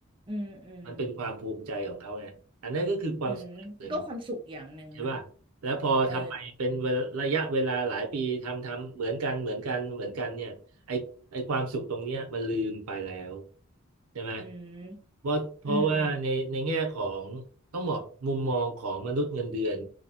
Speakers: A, on the right; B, on the right.
A: อืมอืม
B: มันเป็นความภูมิใจของเขาไงอันนั้นก็คือความสำเร็จหนึ่ง
A: อืมก็ความสุขอย่างหนึ่งเนาะ
B: ใช่ป่ะแล้วพอทำไปเป็นเวลาระยะเวลาหลายปีทำทำเหมือนกันเหมือนกันเหมือนกันเนี่ยไอ้
A: เออ
B: ไอ้ความสุขตรงเนี้ยมันลืมไปแล้วใช่ไหม
A: อืมอืม
B: ว่าเพราะว่าในในแง่ของต้องบอกมุมมองของมนุษย์เงินเดือน